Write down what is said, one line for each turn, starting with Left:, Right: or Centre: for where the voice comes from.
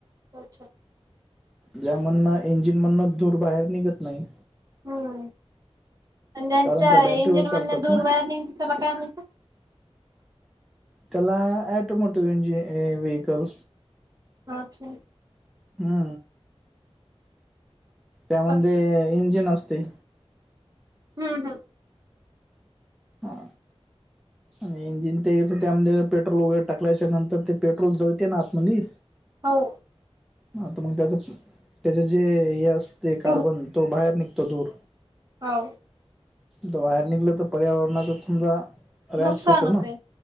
Right: अच्छा.
Centre: ज्या म्हणनं इंजिन म्हणन धूर बाहेर निघत नाही.
Right: हम्म ज्यांच्या
Centre: कारण त्या बॅटरीवर
Right: इंजिन
Centre: चालतात
Right: मधन धूर
Centre: ना
Right: बाहेर निघतो त्याला काय म्हणतात.
Centre: त्याला एटोमोटिव्हंज व्हहीकल
Right: अच्छा.
Centre: हा. त्यामध्ये
Right: हम्म
Centre: इंजिन असते
Right: हम्म हम्म.
Centre: हा आणि इंजिन. ते त्यामध्ये पेट्रोल वगैरे टाकल्याच्या नंतर ते पेट्रोल जळते आता त्यामध्ये
Right: का ओ
Centre: हा तर मग त्याच त्याचे जे हे असते कार्बन.
Right: धूर
Centre: तो बाहेर निघतो धूर.
Right: हो.
Centre: तो बाहेर निघला तर पर्यावरणाचां समजा. त्रास
Right: नुकसान
Centre: होतो
Right: होते
Centre: ना.